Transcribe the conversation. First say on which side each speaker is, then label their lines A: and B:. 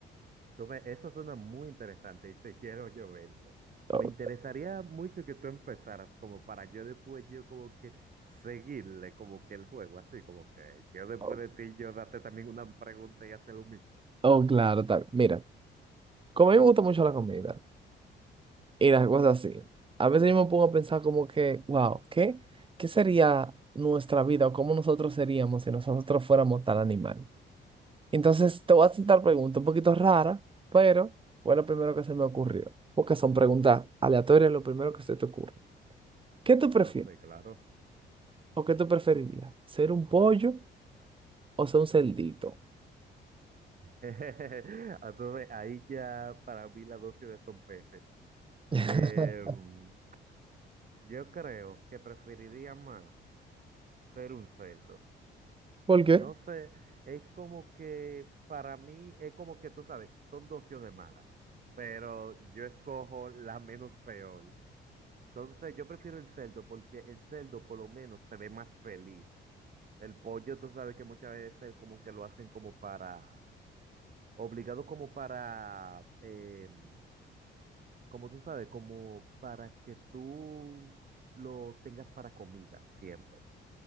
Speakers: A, on the right; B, on the right.
A: Tú ve- eso suena muy interesante y sí quiero yo verlo.
B: Oh,
A: Me interesaría mucho que tú empezaras como para yo después yo como que seguirle como que el juego, así como que yo después
B: oh,
A: de ti yo darte también una pregunta y hacer lo mismo.
B: oh, claro, también. Mira, como a mí me gusta mucho la comida y las cosas así, a veces yo me pongo a pensar como que, wow, ¿qué, qué sería nuestra vida o cómo nosotros seríamos si nosotros fuéramos tal animal? Entonces te voy a hacer preguntas un poquito raras, pero fue lo primero que se me ocurrió, porque son preguntas aleatorias, lo primero que se te ocurre. ¿Qué tú prefieres?
A: Ah, sí, claro.
B: ¿O qué tú preferirías? ¿Ser un pollo o ser un cerdito?
A: <laughs> Entonces ahí ya para mí las dosis son pésimas.
B: <laughs>
A: Em, yo creo que preferiría más ser un cerdo.
B: ¿Por qué?
A: No sé, es como que para mí es como que tú sabes, son dos opciones malas, pero yo escojo la menos peor. Entonces yo prefiero el cerdo porque el cerdo por lo menos se ve más feliz. El pollo tú sabes que muchas veces como que lo hacen como para, obligado como para, em, como tú sabes, como para que tú lo tengas para comida siempre.